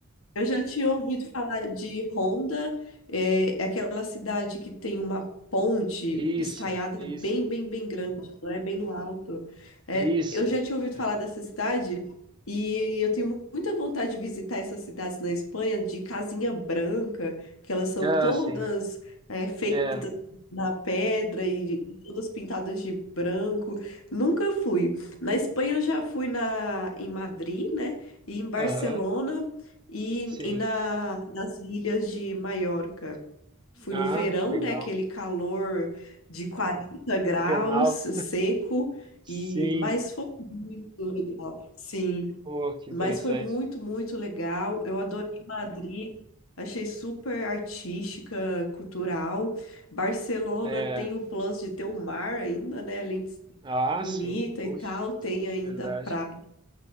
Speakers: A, on the left (about 70°); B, on the right (about 20°).
A: Eu já tinha ouvido falar de Honda, é é aquela cidade que tem uma ponte
B: Isso,
A: estaiada
B: isso,
A: bem, bem, bem grande, né? Bem no alto. É,
B: isso.
A: eu já tinha ouvido
B: É.
A: falar dessa cidade e eu tenho muita vontade de visitar essas cidades na Espanha de casinha branca, que elas são
B: Ah,
A: todas
B: sim,
A: é, feitas
B: é,
A: na pedra e todas pintadas de branco. Nunca fui. Na Espanha eu já fui na, em Madrid, né? E em Barcelona.
B: aham,
A: E,
B: sim.
A: e na, nas ilhas de Maiorca. Fui
B: Ah,
A: no verão,
B: que legal.
A: né? Aquele calor de quarenta graus,
B: Fernal,
A: seco,
B: sim,
A: e mas foi muito legal. Sim,
B: pô, que interessante.
A: mas foi muito, muito legal. Eu adorei Madrid, achei super artística, cultural. Barcelona
B: É,
A: tem o plus de ter o mar ainda, né? Além de ser
B: ah,
A: bonita
B: sim, poxa,
A: e tal, tem ainda
B: verdade.
A: praia.